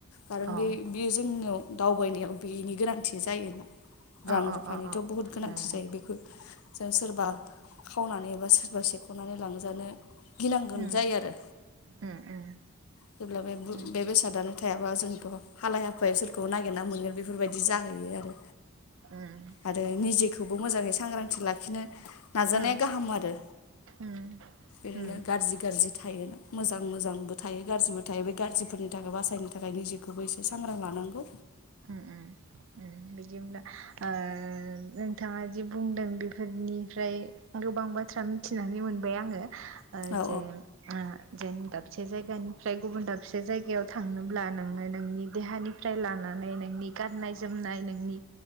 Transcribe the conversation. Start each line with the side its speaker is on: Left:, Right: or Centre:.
Left: खारन
Right: अ
Left: बे बेयो जोंनियाव दावबायनायाव बेनि गोनांथि जायोना। रां
Right: अ अ
Left: रुफानिथ
Right: अ अ
Left: बहुद गोनांथि
Right: उम
Left: जायो बेखौ जों सोरबा खावनानै एबा सोरबा सेखनानै लांजानो गिनांगोन
Right: उम
Left: जायो आरो
Right: उम उम
Left: जेब्ला बे
Right: उम
Left: बे बेसादानो थाया। थायाबा जोंथ हालाय हाफाय सोरखौ नागिरना मोनगोन बेफोरबायदि जाहैयो आरो
Right: उम
Left: आरो निजेखौबो मोजाङै सांग्रांथि लाखिनो नाजानाया
Right: उम
Left: गाहाम आरो
Right: उम
Left: ओरैनो
Right: उम
Left: गाज्रि गाज्रि थायोना मोजां मोजांबो थायो गाज्रिबो थायो बे गाज्रिफोरनि थाखाय बासायनो थाखाय निजेखौबो एसे सांग्रां लानांगौ
Right: बिदि होनब्ला ओ नोंथाङा जि बुंदों बेफोरनि बेनिफ्राय गोबां बाथ्रा मिथिनानै मोनबाय आङो
Left: औ
Right: जे जेन दा दाबसे जायगानिफ्राय गुबुन दाबसे जायगायाव थांनोब्ला नोङो नोंनि देहानिफ्राय लानानै नोंनि गाननाय जोमनाय नोंनि